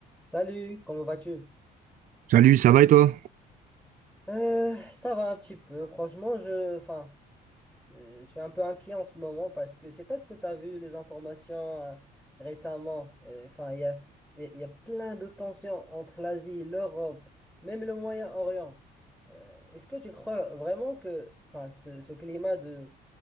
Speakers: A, in the centre; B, on the right (about 50°).
A: Salut, comment vas-tu?
B: Salut, ça va et toi?
A: Euh, ça va un petit peu. Franchement, je, enfin, euh, je suis un peu inquiet en ce moment parce que je sais pas ce que tu as vu les informations euh, récemment. Euh, Enfin, il y a, il y a plein de tensions entre l'Asie, l'Europe, même le Moyen-Orient. Euh, est-ce que tu crois vraiment que, enfin, ce, ce climat de,